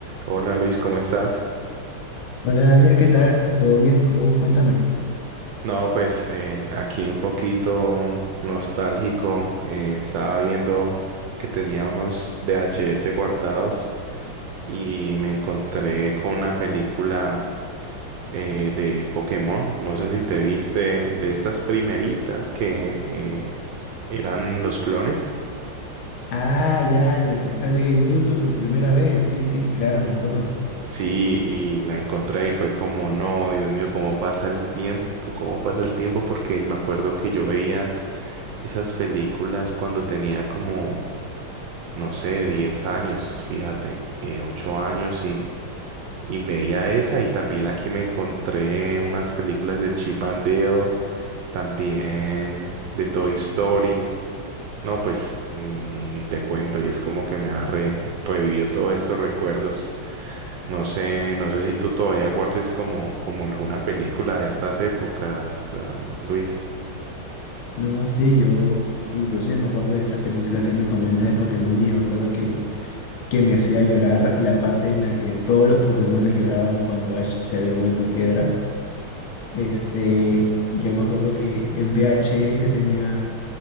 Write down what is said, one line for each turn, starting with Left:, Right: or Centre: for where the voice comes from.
Right: Hola Luis, ¿cómo estás?
Left: Hola Daniel, ¿qué tal? ¿Todo bien? ¿Cómo? Cuéntame.
Right: No, pues eh, aquí un poquito nostálgico. eh, estaba viendo que tenía unos VHS guardados y me encontré con una película eh, de Pokémon. No sé si te viste de estas primeritas que eh, eran los clones.
Left: Ah, ya, en la que sale Mewtwo por primera vez. Sí, sí, claro, me acuerdo.
Right: Sí, y la encontré y fue como, no, Dios mío, cómo pasa el tiempo, cómo pasa el tiempo, porque me acuerdo que yo veía Esas películas cuando tenía como, no sé, 10 años, fíjate, eh, 8 años y, y veía esa y también aquí me encontré unas películas de Chip and Dale, también de Toy Story. No, pues ni, ni, ni te cuento y es como que me ha re- revivido todos estos recuerdos. No sé, no sé si tú todavía guardes como, como alguna película de estas épocas, am, Luis.
Left: No, sí, yo inclusive me acuerdo de esa película que me comentas de Pokémon y yo me acuerdo que, que me hacía llorar la parte en la que todos los Pokémones lloraban cuando Ash se había vuelto piedra. Este, yo me acuerdo que en VHS tenía